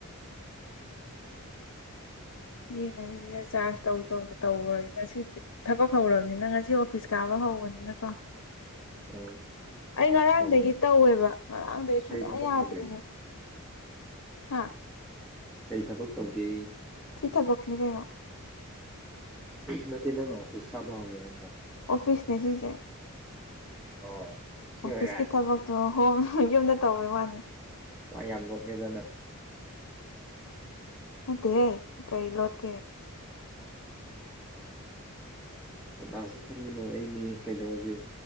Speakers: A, on the left (about 80°); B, in the centre.
A: ꯌꯦꯡꯉꯁꯤꯁꯦ ꯆꯥꯔꯖ ꯇꯧ ꯇꯧꯅ ꯇꯧꯔꯒꯦ ꯉꯁꯤꯗꯤ ꯊꯕꯛ ꯍꯧꯔꯕꯅꯤꯅ ꯉꯁꯤ ꯑꯣꯐꯤꯁ ꯀꯥꯕ ꯍꯧꯕꯅꯤꯅ ꯀꯣ
B: ꯑꯣ
A: ꯑꯩ ꯉꯔꯥꯡꯗꯒꯤ
B: ꯑꯣ
A: ꯇꯧꯋꯦꯕ ꯉꯔꯥꯡꯗꯒꯤ ꯁꯨꯡꯌꯥ
B: ꯀꯔꯤ ꯊꯕꯛ
A: ꯌꯥꯗ꯭ꯔꯤꯅꯦꯕ
B: ꯇꯧꯒꯦ
A: ꯍꯥ
B: ꯀꯩ ꯊꯕꯛ ꯇꯧꯒꯦ
A: ꯁꯤ ꯊꯕꯛꯁꯤꯅꯤ ꯀꯩꯅꯣ
B: ꯅꯠꯇꯦ ꯅꯪꯅ ꯑꯣꯐꯤꯁ ꯀꯥꯕ ꯍꯧꯔꯦ ꯍꯥꯏꯕꯗꯣ
A: ꯑꯣꯐꯤꯁꯅꯦ ꯁꯤꯁꯦ
B: ꯑꯣ ꯁꯤ
A: ꯑꯣꯐꯤꯁꯀꯤ
B: ꯑꯣꯏꯔꯦ
A: ꯊꯕꯛ ꯑꯣ ꯍꯣꯝ ꯌꯨꯝꯗ ꯇꯧꯕꯩ ꯋꯥꯅꯤ
B: ꯋꯥ ꯌꯥꯝ ꯂꯣꯠꯂꯦꯗꯅ
A: ꯅꯠꯇꯦꯍꯦ ꯀꯩ ꯂꯣꯠꯀꯦ
B: ꯀꯅꯥꯥꯁꯨ ꯈꯟꯒꯅꯣ ꯑꯩꯅꯦ ꯀꯩꯗꯧꯔꯒꯦ ꯎ